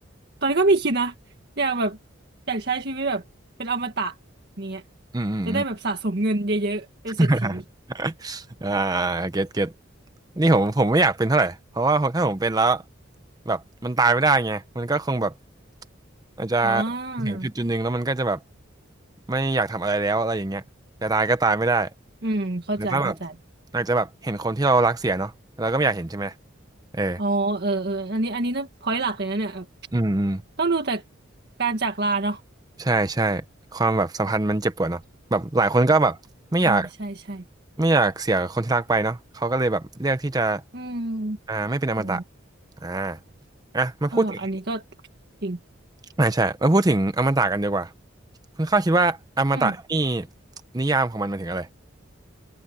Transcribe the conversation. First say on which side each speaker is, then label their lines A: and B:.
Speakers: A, on the right; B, on the right.
A: ตอนนี้ก็มีคิดนะอยากแบบอยากใช้ชีวิตแบบเป็นอมตะเนี้ย
B: อืมอืมอืม
A: จะได้แบบสะสมเงินเยอะๆเป็นเศรษฐี
B: <laughs> อ่าเก็ตเก็ตนี่ผมผมไม่อยากเป็นเท่าไหร่เพราะว่าผมถ้าผมเป็นแล้วแบบมันตายไม่ได้ไงมันก็คงแบบอาจจะ
A: อ่า
B: ถึงจุดจุดหนึ่งแล้วมันก็จะแบบไม่อยากทำอะไรแล้วอะไรอย่างเงี้ยจะตายก็ตายไม่ได้
A: อืมเข้าใจเข้าใจ
B: หรือว่าแบบอาจจะแบบเห็นคนที่เรารักเสียเนาะเราก็ไม่อยากเห็นใช่ไหมเออ
A: อ๋อเออเอออันนี้อันนี้นะพอยหลักเลยนะเนี่ยเออ
B: อืมอืม
A: ต้องดูแต่การจากลาเนาะ
B: ใช่ใช่ความแบบสัมพันธ์มันเจ็บปวดเนาะแบบหลายคนก็แบบไม่อยาก
A: อ่าใช่ใช่
B: ไม่อยากเสียคนที่รักไปเนาะเขาก็เลยแบบเลือกที่จะ
A: อืม
B: อ่าไม่เป็นอมตะ
A: โอ้
B: อ่าอ่ะมาพูดถึง
A: เอออันนี้ก็จริง
B: อ่าใช่มาพูดถึงอมตะกันดีกว่าคุณข้าวคิดว่าอมตะนี่
A: อืม
B: นิยามของมันหมายถึงอะไร